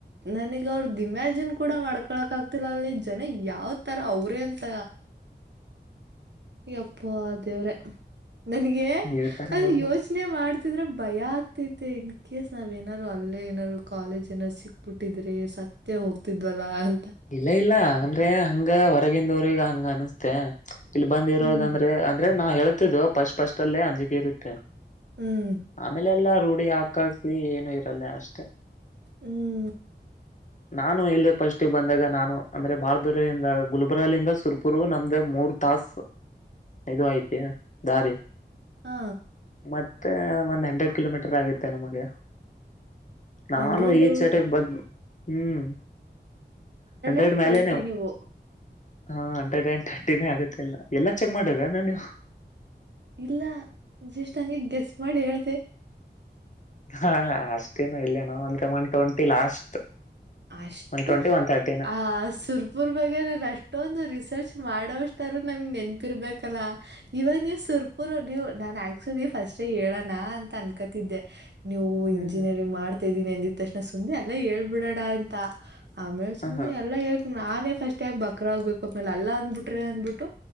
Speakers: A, on the right (about 75°); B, on the left (about 45°).
A: ನನಗ್ ಅವ್ರ್ದ ಇಮ್ಯಾಜಿನ್ ಕೂಡ ಮಾಡ್ಕೊಳಕ್ ಆಗ್ತಿಲ್ಲ ಅಲ್ಲಿ ಜನ ಯಾವ ತರ ಅವ್ರೇ ಅಂತ ಈಗ ಅಪ್ಪ ದೇವ್ರೆ ನನಗೆ
B: ಹೇಳ್ತಾರೆ
A: ಅದು
B: ಅವ್ರು
A: ಯೋಚನೆ ಪ್ರನೆ ಮಾಡ್ತಿದ್ರೆ ಭಯ ಆಗ್ತೈತೆ ಇನ್ ಕೇಸ್ ನಾವ ೇನಾದಾರರು ಅಲ್ಲೇ ಏನಾರರು ಕಾಲೇಜ್ ಏನ್ರು ಸಿಕ್ತ ಪುಟ್ಟಿದ್ರೆ ಸತ್ತ ಹೋಗ್ತಿದ್ವಲ್ಲಾ ಅಂತ
B: ಇಲ್ಲ ಇಲ್ಲ ಹಂಗಂದ್ರೆ ಹಂಗ ಹೊರಗಿಂದವ್ರಗ ಹಂಗ ಅನಸ್ತೆ ಇಲ್ಲಿ ಬಂದ್ ಇರೋದಂದ್ರೆ
A: ಹ್ಮ್
B: ಅಂದ್ರೆ ನಾ ಹೇಳ್ತಿದ್ದು ಫಸ್ಟ್ ಪಫಸ್ಟ್ ಅಲ್ಲೇ ಅಂಜಿಕಿ ಇರುತ್ತೆ
A: ಹ್ಮ್
B: ಆಮೇಲೆ ಎಲ್ಲ ರೂಢಿ ಹಾಕಸಿ ಏನು ಇರಲ್ಲ ಅಷ್ಟೆ
A: ಹ್ಮ್
B: ನಾನು ಇಲ್ಲೇ ಪಸ್ಟ್ ಬಂದಾಗ ನಾನು ಅಂದ್ರೆ ಬಾಳದರ್ಿಂದ ಗುಲ್ಬರಾಲಿಂದ ಸುರ್ಪುರು ನಮ್ದ ಮೂರ್ ತಾಾಸ ಇದು ಐ್ತಿ ದಾರಿ
A: ಹಾ
B: ಮತ್ತೆ ಒಂದ್ ಹಂಡ್ರೆಡ್ ಕಿಲೋಮೀಟರ್ ಆಗುತ್ತೆ ನಮಗೆ ನಾನು
A: ಹಂಡ್ರೆಡ್
B: ಈಚಟ ಬದ್ ಹ್ಮ್ ಹಂಡ್ರೆಡ್
A: ಅಂಡ್
B: ಮೇಲೆನೆವು
A: ತರ್ಟಿ ನೀವು
B: ಹಾ ಹಂಡ್ರೆಡ್ ಅ್ಯಂಡ್ ತರ್ಟಿನೇ ಆಗುತ್ತೆಲ್ಲ ಎಲ್ಲ ಚೆಕ್ ಮಾಡಿದರ ನಾ ನೀವು
A: ಇಲ್ಲ ಜಸ್ಟ್ ಹಂಗೆ ಗೆಸ್ ಮಾಡಿ ಹೇಳ್ದ
B: ಅ ಅಷ್ಟೇನು ಇಲ್ಲೇನ ಅಂದ್ರೆ ಒನ್ ಟ್ವೆಂಟಿ ಲಾಸ್ಟ್
A: ಅಷ್ಟು
B: ಒನ್ ಟ್ವೆಂಟಿ ಒನ್ ತರ್ಟಿನ
A: ಆ ಸುರ್ ಇಬರ ಬಗ್ ಅಷ್ಟೊಂದು ರಿಸರ್ಚ್ ಮಾಡೋವಷ್ಟಾರರು ನಮ್ಗೆ ನೆನ್ಪಿರ್ಬೇಕಲ್ಲ ಇವಾಗ ನೀವು್ ಸುರ್ಪುರ್ ನೀವು್ ನಾನ್ ಆಕ್ಚುಲಿ ಫಸ್ಟ್ೇ ಹೇಳೋಣ ಅಂತ ಅನ್ಕತಿದ್ದೆ ನೀವು
B: ಹ್ಮ್
A: ಇಂಜಿನಿಯರಿಂಗ್
B: ಹ್ಮ್
A: ಮಾಡ್ತಾ ಇದ್ದೀನಿ ಎಂದಿದ ತಕ್ಷಣ ಸುಮ್ಮನೆ ಅಲ್ಲೇ ಹೇಳ್ಬಿಡಣ ಅಂತ ಆಮೇಲೆ
B: ಹ
A: ಸುಮ್ಮನೆ
B: ಹಾ
A: ಎಾ ಯಾಕ್ ನಾನೇ ಫಸ್ಟ್ ಯಾಕ್ ಬಕ್ರ ಆಗ್ಬೇಕು ಆ್ಮೇಲೆ ಅಲ್ಲಾ ಅಂದ್ಬಿಟ್ರೆ ಅಂದ್ಬಿಟ್ಟು